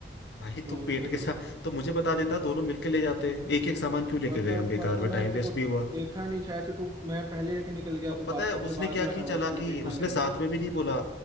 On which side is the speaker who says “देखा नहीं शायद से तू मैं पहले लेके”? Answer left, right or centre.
Right